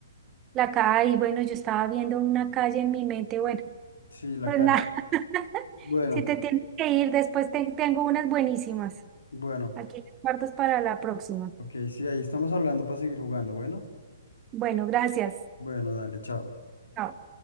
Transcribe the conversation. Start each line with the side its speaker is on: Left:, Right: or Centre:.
Right: la calle, y bueno, yo estaba viendo una calle en mi mente, bueno,
Left: Sí, la
Right: pues
Left: calle.
Right: nada, <laughs>
Left: Bueno,
Right: si te tienes que ir, después te- tengo unas buenísimas.
Left: bueno.
Right: Aquí guardas para la próxima.
Left: Ok, sí, ahí estamos hablando para seguir jugando. Bueno,
Right: Bueno, gracias.
Left: bueno, dale, chao.
Right: Chao.